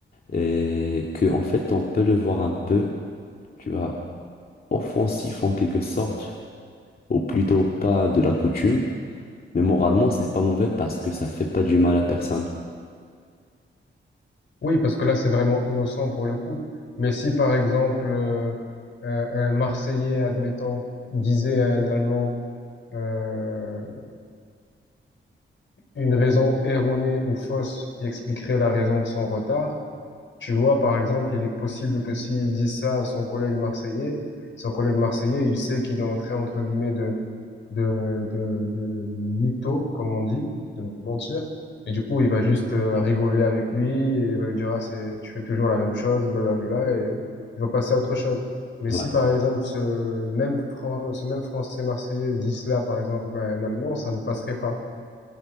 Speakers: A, on the left; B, on the left.
A: euh, que en fait, on peut le voir un peu, tu vois offensif en quelque sorte, ou plutôt pas de la coutume, mais moralement, c'est pas mauvais parce que ça fait pas du mal à personne.
B: Oui, parce que là c'est vraiment innocent pour le coup. Mais si par exemple euh, un, un Marseillais, admettons, disait à un Allemand euh, une raison erronée ou fausse qui expliquerait la raison de son retard. Tu vois, par exemple, il est possible que s'il dit ça à son collègue marseillais, son collègue marseillais, il sait qu'il est en train, entre guillemets, de, de, de, de mytho, comme on dit, de mentir. Et du coup, il va juste euh, rigoler avec lui et il va lui dire, ah, c'est, tu fais toujours la même chose, blablabla, et il va passer à autre chose. Mais
A: Ouais.
B: si, par exemple, ce même Fran- ce même Français marseillais dit cela, par exemple, à un Allemand, ça ne passerait pas.